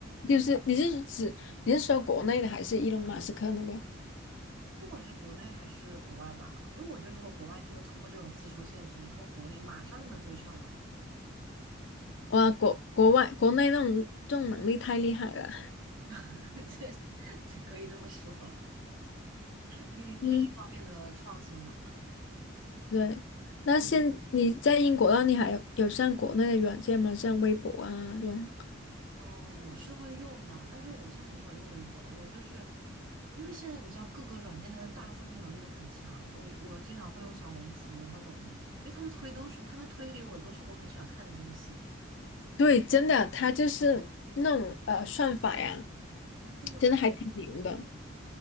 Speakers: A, on the left; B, on the right.
A: 就是你是指你是说国内的还是伊隆马斯克那个？
B: 不管是国内还是国外吧，因为我觉得如果国外真的突破这种技术限制了以后，国内马上就能追上来，
A: 哇，国国外国内那种这种能力太厉害了。
B: <laughs> 这这可以这么说。另另一方面的创新吧。
A: 嗯，对。那现你在英国那你还有有上国内的软件吗？像微博啊这种？
B: 嗯，我是会用的，但是我现在很少用微博了。我就是，因为现在你知道各个软件它的大数据能力都很强，我我经常会用小红书，然后抖音，因为他们推都是他们推给我都是我很喜欢看的东西。<laughs>
A: 对，真的，他就是那种呃算法呀，
B: 对
A: 真的还挺牛的。